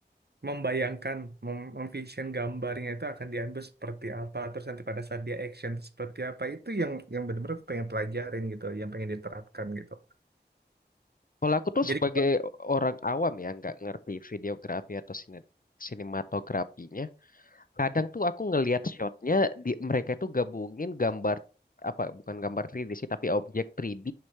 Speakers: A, on the right; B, on the left.
A: membayangkan, mem memvision gambarnya itu akan diambil seperti apa, terus nanti pada saat dia action itu seperti apa, itu yang yang benar-benar aku pengen pelajarin gitu, yang pengen diterapkan gitu.
B: Kalau aku tuh
A: Jadi,
B: sebagai orang awam ya nggak ngerti videografi atau sine- sinematografinya, kadang tuh aku ngelihat shotnya di mereka itu gabungin gambar apa bukan gambar 3D sih tapi objek 3D